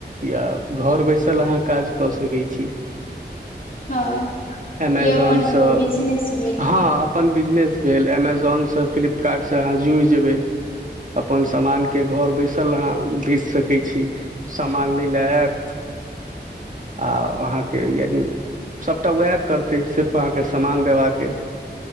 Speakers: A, on the right; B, on the left.
A: या घर बैसल अहाँ काज कऽ सकै छी
B: हँ
A: एमेजोन
B: ई अपन
A: सँ
B: एगो बिजनेस भेल
A: हँ अपन बिज बिजनेस भेल एमेजोन स फिल्पकार्ट स आहा जूड़ि जेबै अपन समान के घर बैस चल अहाँ बेच सकै छी सामान लै ले आयत आ अहाँके यानि सभटा वैह करतै सिर्फ अहाँके समान देबाक अइ